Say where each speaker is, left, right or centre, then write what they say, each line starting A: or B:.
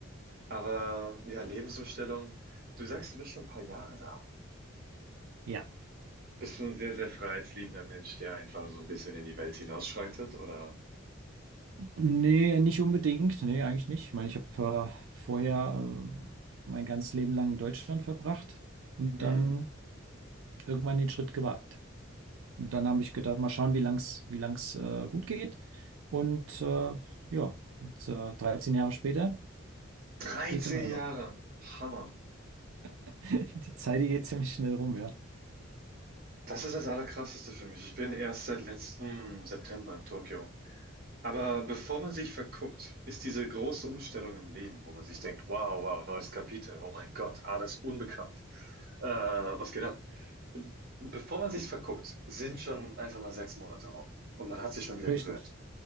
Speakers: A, on the right; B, on the right.
A: Aber ja, Lebensumstellung du sagst, du bist schon ein paar Jahre da.
B: Ja.
A: Bist du ein sehr, sehr freiheitsliebender Mensch, der einfach so ein bisschen in die Welt hinausschreitet, oder?
B: Nee, nicht unbedingt. Nee, eigentlich nicht. Ich meine, ich habe äh, vorher äh, mein ganzes Leben lang in Deutschland verbracht und dann
A: Hm,
B: irgendwann den Schritt gewagt. Und dann habe ich gedacht, mal schauen, wie lang's, wie lang's äh, gut geht. Und äh, ja, jetzt, äh, 13 Jahre später
A: 13
B: geht's immer noch.
A: Jahre, Hammer.
B: <laughs> Die Zeit, die geht ziemlich schnell rum, ja.
A: Das ist das Allerkrasseste für mich. Ich bin erst seit letzten September in Tokio. Aber bevor man sich verguckt, ist diese große Umstellung im Leben, wo man sich denkt, wow, wow, neues Kapitel, oh mein Gott, alles unbekannt, äh, was geht ab? Bevor man sich verguckt, sind schon einfach mal sechs Monate rum und man hat sich schon wieder
B: Richtig,
A: gewöhnt.